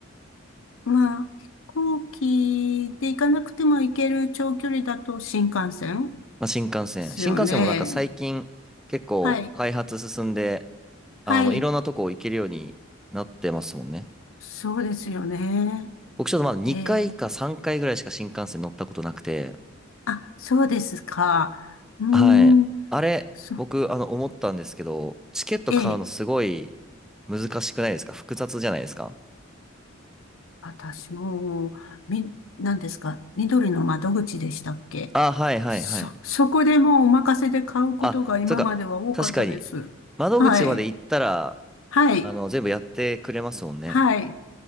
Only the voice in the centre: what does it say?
まあ、新幹線。
新幹線もなんか最近結構開発進んで、
あの、いろんなとこ行けるようになってますもんね。
僕ちょっとまだ2回か3回ぐらいしか新幹線乗ったことなくて、
はい。あれ、
僕、あの、思ったんですけど、チケット買うのすごい
難しくないですか複雑じゃないですか
あ、はいはいはい。
あ、そうか。確かに。窓口まで行ったら、
あの、全部やってくれますもんね。